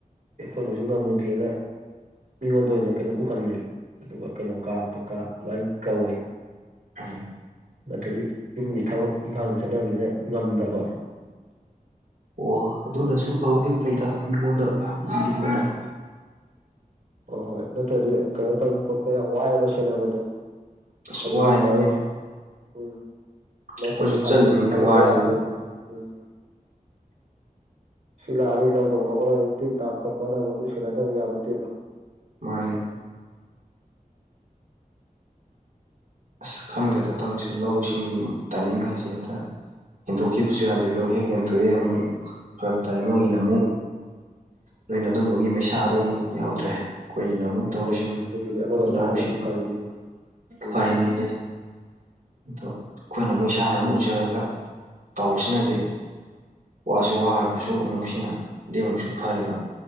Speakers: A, on the right; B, on the right.
A: ꯑꯩꯈꯣꯏꯅꯁꯨ ꯉꯝꯃꯨꯗꯦꯅ ꯃꯤꯉꯣꯟꯗ ꯑꯣꯏꯅ ꯀꯩꯅꯣ ꯎꯍꯜꯂꯤ ꯑꯗꯨꯒ ꯀꯩꯅꯣ ꯀꯥꯕꯗꯣ ꯀꯥ ꯑꯗꯨꯃꯥꯏꯟ ꯀꯧꯋꯦ
B: <unintelligible>
A: ꯅꯠꯇ꯭ꯔꯗꯤ ꯌꯨꯝꯒꯤ ꯊꯕꯛ ꯏꯪꯈꯥꯡ ꯆꯠꯅꯕꯖꯤꯗ ꯉꯝꯗꯕ
B: ꯑꯣ ꯑꯗꯨꯅꯁꯨ ꯐꯥꯕꯨꯗꯤ ꯐꯩꯗ ꯃꯤꯉꯣꯟꯗ <unintelligible>
A: ꯑꯣ ꯍꯣꯏ ꯅꯠꯇ꯭ꯔꯗꯤ ꯀꯩꯅꯣ ꯇꯧꯕ ꯈꯣꯠꯄ ꯌꯥꯝ ꯋꯥꯏꯌ‌ꯦꯕ ꯁꯦꯅꯕꯗꯣ
B: ꯑꯁ
A: ꯑꯗꯨꯗ
B: ꯋꯥꯔꯤꯅꯤꯅꯦ
A: ꯗꯥꯏꯔꯦꯛ ꯎꯝ ꯃꯇꯝꯗ‌ꯣ
B: ꯑꯩꯈꯣꯏꯁꯨ ꯆꯠꯂꯤꯃꯤꯅꯦ
A: ꯊꯥꯗ ꯊꯥꯗꯗ
B: ꯋꯥꯔꯤꯅꯤ
A: ꯌꯥꯗꯦꯕ ꯎꯝ ꯁꯤ ꯂꯥ ꯑꯅꯤ ꯂꯧꯗ‌ꯣ ꯑꯃꯨ ꯍꯧꯒꯂꯅꯤ ꯇꯤꯟ ꯇꯥꯕ ꯈꯣꯠꯄꯅ ꯑꯅꯥ ꯑꯃꯨ ꯑꯗꯨ ꯁꯦꯟꯅꯗꯕ ꯌꯥꯕ‌ꯣꯇꯦꯗꯣ
B: ꯃꯥꯅ‌ꯦ ꯑꯁ ꯈꯪꯗꯦ ꯇꯧꯔꯤꯁꯦ ꯂꯧꯁꯤꯡꯒꯤ ꯇꯥꯏꯃꯤꯡ ꯍꯥꯏꯁꯦ ꯍꯦꯛꯇ ꯍꯦꯟꯇꯣꯛꯈꯤꯕꯁꯨ ꯌꯥꯗꯦ ꯗꯣ ꯍꯦꯛ ꯍꯦꯟꯇꯣꯑꯦ ꯑꯃꯨꯛ ꯐꯔꯛ ꯇꯥꯏ ꯅꯣꯏꯒꯤꯅ ꯑꯃꯨ ꯅꯣꯏꯅ ꯑꯗꯨꯝꯕꯒꯤ
A: ꯎꯝ
B: ꯃꯩꯁꯥꯗꯣ ꯑꯃꯨꯛ ꯌꯥꯎꯗ꯭ꯔꯦ ꯑꯩꯈꯣꯏꯒꯤꯅ ꯑꯃꯨꯛ ꯇꯧꯔꯤꯁꯤꯅꯦ
A: ꯍꯣꯏ ꯍꯣꯏ ꯑꯗꯨꯒꯤꯗꯤ ꯑꯃꯔꯣꯝꯗ
B: ꯂꯧꯁꯤꯡ
A: ꯍꯥꯏꯔꯒꯗꯤ ꯐꯔꯤꯅꯤ ꯎꯝ
B: ꯐꯔꯤꯝꯃꯤꯅꯦ ꯑꯗꯣ ꯑꯩꯈꯣꯏꯅ ꯑꯃꯨꯛ ꯏꯁꯥꯅ ꯑꯃꯨꯛ ꯎꯖꯔꯒ ꯇꯧꯕꯁꯤꯅꯗꯤ ꯋꯥꯁꯨ ꯋꯥꯔꯒꯁꯨ ꯑꯃꯨꯛꯁꯤꯅ ꯑꯗꯨꯗꯤ ꯑꯃꯨꯛꯁꯨ ꯐꯔꯤꯕ